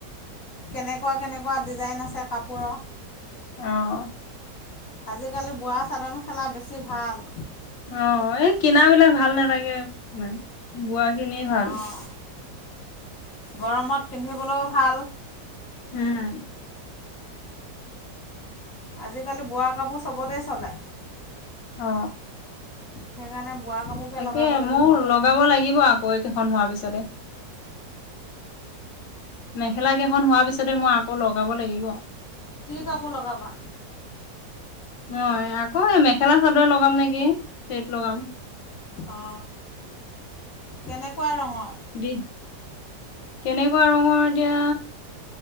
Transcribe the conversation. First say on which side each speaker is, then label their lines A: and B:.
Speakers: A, on the left; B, on the left.
A: কেনেকুৱা কেনেকুৱা ডিজাইন আছে কাপোৰ?
B: অহ
A: আজিকালি বোৱা চাদৰ -মেখেলা বেছি ভাল।
B: অ এই কিনা বিলাক ভাল। ভাল নালাগে ইমান, বোৱা খিনিয়ে ভাল।
A: অঁ গৰমত পিন্ধিবলৈও ভাল।
B: হম
A: আজিকালি বোৱা কাপোৰ চবতে চলে।
B: অ।
A: সেইকাৰণে বোৱা কাপোৰকে
B: তাকে
A: লগাব লাগিব
B: মোৰ
A: আৰু
B: লগাব লাগিব আকৌ এইকেইখন হোৱাৰ পিছতে। মেখেলা কেইখন হোৱাৰ পিছত। মই আকৌ লগাব লাগিব।
A: কি কাপোৰ লগাবা
B: মই আকৌ মেখেলা চাদৰ লগাম নেকি, চেট লগাম।
A: অ, কেনেকুৱা ৰঙত?
B: বি কেনেকুৱা ৰঙৰ এতিয়া